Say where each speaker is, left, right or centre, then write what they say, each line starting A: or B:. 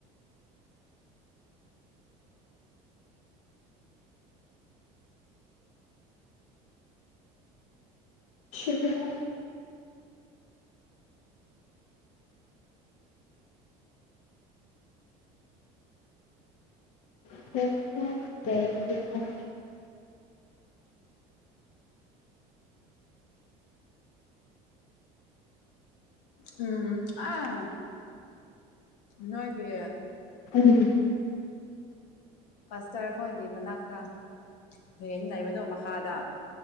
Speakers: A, on the left; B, on the left.
A: <unintelligible> <unintelligible>
B: ꯎꯝ ꯑꯥ ꯅꯣꯏꯒꯤ
A: ꯎꯝ
B: ꯄꯥꯁꯇ꯭ꯔꯈꯣꯏꯒꯤ ꯃꯅꯥꯛꯇ ꯔꯦꯟ ꯂꯩꯕꯗꯣ ꯃꯈꯥꯗ